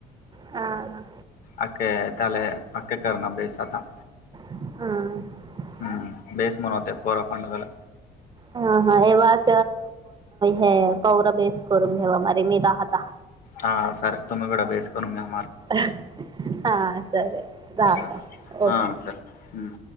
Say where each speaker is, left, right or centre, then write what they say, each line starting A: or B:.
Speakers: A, on the right; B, on the left.
A: हा.
B: अके तले अके करणार बेस आता.
A: हम.
B: हम्म बेस म्हनो होते पोरा पंड झाला.
A: हा हा एव्हाच हे पौर बेस करून घ्यावा मारी मीदा हता.
B: हा सर तुम्ही गड बेस को म
A: <unintelligible> हा सर राहता
B: ले
A: ओके
B: हा सर हम्.